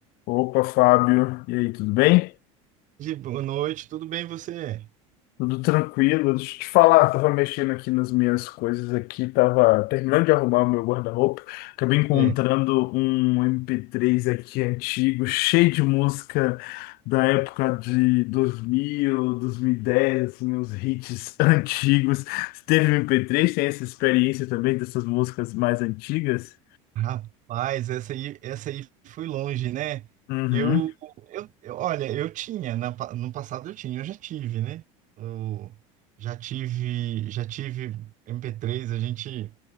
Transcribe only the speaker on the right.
De boa noite, tudo bem você?
É,
Rapaz, essa aí, essa aí foi longe, né?
Eu, eu, eu- olha, eu tinha, na pa- no passado eu tinha, eu já tive, né? Eu já tive, já tive mp três a gente